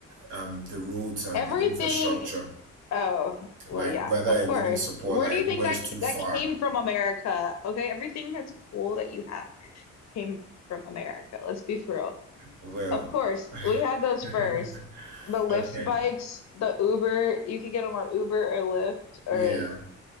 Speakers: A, on the right; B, on the left.
A: um, the roads and
B: everything.
A: the infrastructure,
B: Oh, well,
A: like
B: yeah,
A: whether
B: of
A: it
B: course.
A: wouldn't support,
B: Where
A: like
B: do you
A: everywhere
B: think that
A: is too
B: ca-
A: far.
B: that came from America? Okay, everything that's cool that you have came from America. Let's be for real.
A: Well,
B: Of course, we had those
A: <laughs>
B: first. The Lyft
A: okay,
B: bikes, the Uber, you could get them on Uber or Lyft or
A: yeah,